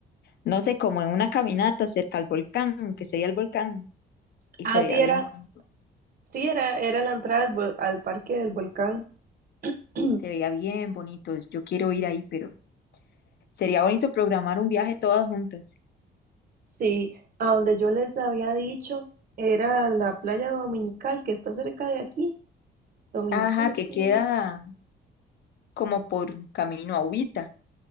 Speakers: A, on the left; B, on the right.
A: no sé, como en una caminata cerca al volcán, que se veía el volcán y
B: Así
A: se veía bien
B: era
A: bonito.
B: Sí, era, era la entrada al, vol- al parque del volcán. <clears throat>
A: Se veía bien bonito. Yo quiero ir ahí, pero sería bonito programar un viaje todas juntas.
B: Sí, a donde yo les había dicho, era la playa Dominical, que está cerca de aquí. Dominical,
A: Ajá,
B: es
A: que
B: como...
A: queda
B: no.
A: como por camino a Ubita.